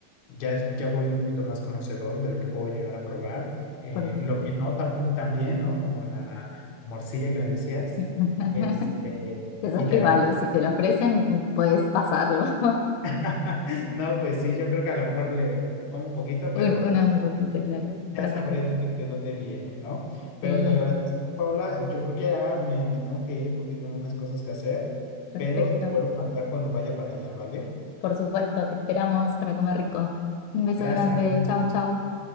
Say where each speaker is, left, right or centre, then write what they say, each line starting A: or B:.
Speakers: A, on the left; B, on the left.
A: ya, es- ya voy un poquito más conocedor de lo que puedo llegar a probar. Eh,
B: Por-
A: lo que no tan, pu- tan bien, ¿no? Como la morcilla que me decías.
B: <laughs>
A: Este,
B: Eso
A: y
B: es
A: te
B: que
A: agradezco.
B: valo, si te lo ofrecen, puedes pasarlo. <laughs>
A: <laughs> No, pues sí, yo creo que a lo mejor le como un poquito,
B: Un-
A: pero
B: Una un poquito, claro,
A: ya
B: para
A: sabré
B: sacarte.
A: de, qué- de dónde viene, ¿no? Pero
B: Sí,
A: te agradezco, Paula. Yo creo que ya me, me tengo que ir porque tengo unas cosas que hacer,
B: perfecto.
A: pero te vuelvo a marcar cuando vaya para allá, ¿vale?
B: Por supuesto, te esperamos para comer rico. Un beso
A: Gracias.
B: grande, chau, chau.